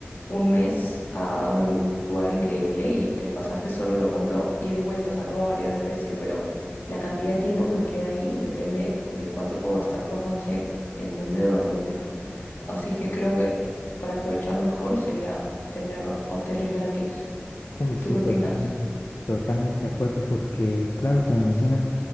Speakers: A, on the left; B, on the left.
A: un mes a un lu- lugar increíble y el pasaje solo lo compro ida y vuelta, o sea, no va a variar de precio, pero la cantidad de tiempo que me queda ahí depende de cuánto puedo gastar por noche en dónde dormir. Así que creo que para aprovechar mejor sería tener hoteles gratis.
B: Uy, sí,
A: ¿Tú qué opinas?
B: total. Totalmente de acuerdo, porque claro, como mencionas,